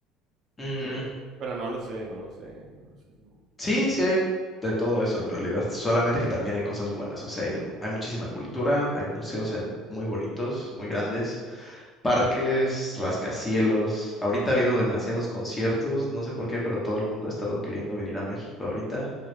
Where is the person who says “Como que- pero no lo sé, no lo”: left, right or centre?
Right